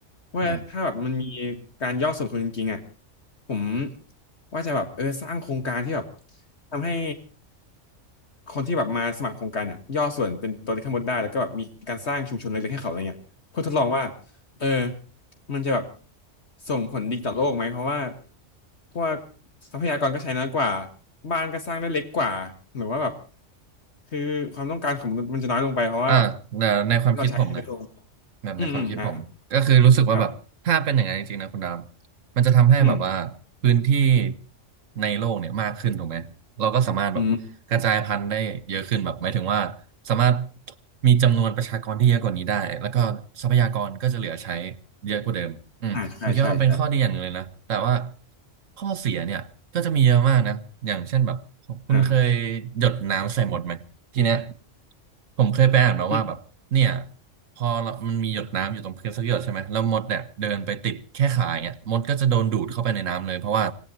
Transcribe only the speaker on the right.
อืม
อ่าแต่ในความคิดผมนะ
แบบในความคิดผมก็คือรู้สึกว่าแบบถ้าเป็นอย่างนั้นจริงๆนะคุณดาว
มันจะทำให้แบบว่าพื้นที่
ในโลกเนี่ยมากขึ้นถูกไหมเราก็สามารถแบบกระจายพันธุ์ได้เยอะขึ้นแบบหมายถึงว่าสามารถ
มีจำนวนประชากรที่เยอะกว่านี้ได้แล้วก็ทรัพยากรก็จะเหลือใช้เยอะกว่าเดิมอืมผมคิดว่ามันเป็นข้อดีอย่างหนึ่งเลยนะแต่ว่า
ข้อเสียเนี่ยก็จะมีเยอะมากนะอย่างเช่นแบบคุณเคย
หยดน้ำใส่หมดไหม ทีเนี้ยผมเคยไปอ่านมาว่าแบบเนี่ย
พอเรามันมีหยดน้ำอยู่ตรงพื้นสักหยดใช่ไหมแล้วมดเนี่ยเดินไปติดแค่ขาอย่างเงี้ยมดก็จะโดนดูดเข้าไปในน้ำเลยเพราะว่า